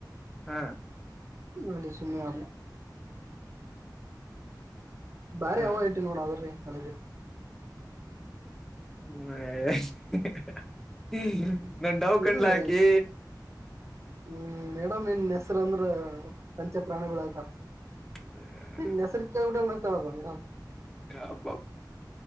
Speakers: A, in the centre; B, on the right.
A: ಹಾ
B: ನಲ್ಲಿ ಸುಮ್ಮ ಆ <inaudible> ಬಾರಿ
A: ಹಾ
B: ಹ ನೋಡ ಅದ್ರೀ ಕಾಲೇಜ್
A: ಹ್ಮ <unintelligible> ಹ್ಮ್ ನಾನ್ ಡವ್ ಕಂಡ್ಲ
B: ಇಲ್ಲ
A: ಹಾಕಿ
B: ಹ್ಮ್ ಮೇಡಮ್ ಇನ್ ಹೆಸರು ಅಂದ್ರ ಪಂಚೆ ಪ್ರಾಣಿಗಳ ಆತ
A: ಹ
B: ನಿನ್ನೆ ಹೆಸರಿಕಳೆಯಿ ಬಿಟ್ಟು ನಕ್ಕಪ್ಪ ಮೇಡ್
A: ಹಬ